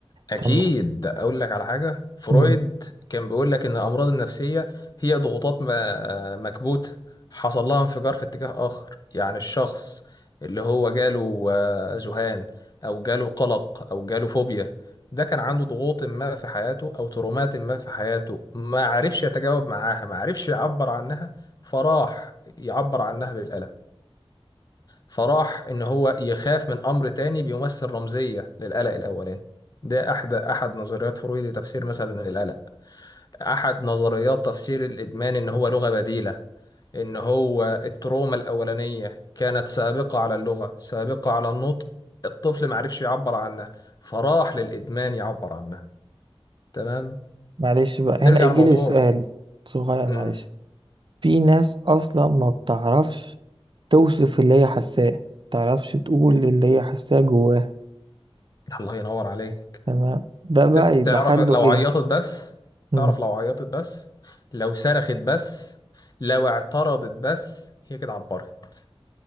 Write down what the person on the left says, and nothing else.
أكيد
أقول لك على حاجة فرويد
كان بيقول لك إن الأمراض النفسية هي ضغوطات م- مكبوتة حصل لها انفجار في اتجاه آخر يعني الشخص اللي هو جاله آه، ذهان أو جاله قلق أو جاله فوبيا ده كان عنده ضغوط ما في حياته أو ترومات ما في حياته ما عرفش يتجاوب معاها ما عرفش يعبر عنها فراح يعبر عنها بالألم فراح ان هو يخاف من امر تاني بيمثل رمزيه للقلق الاولاني ده احد احد نظريات فرويد لتفسير مثلا القلق احد نظريات تفسير الادمان ان هو لغه بديله ان هو التروما الاولانيه كانت سابقه على اللغه سابقه على النطق الطفل ما عرفش يعبر عنها فراح للادمان يعبر عنها تمام
نرجع
لموضوع
مم.
الله ينور عليك
ت-
تعرف
لو
عيطت بس
تعرف لو عيطت بس لو صرخت بس لو اعترضت بس هي كده عبرت